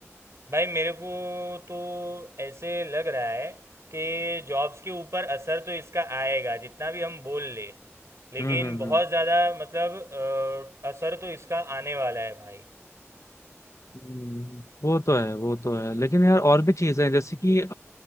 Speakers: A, on the right (about 65°); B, on the left (about 85°).
A: भाई मेरे को तो ऐसे लग रहा है कि जॉब्स के ऊपर असर तो इसका आएगा जितना भी हम बोल ले लेकिन
B: हम्म हम्म
A: बहुत
B: हम्म
A: ज़्यादा मतलब अ, असर तो इसका आने वाला है भाई
B: हम्म, वो तो है वो तो है लेकिन यार और भी चीजें हैं जैसे कि अ,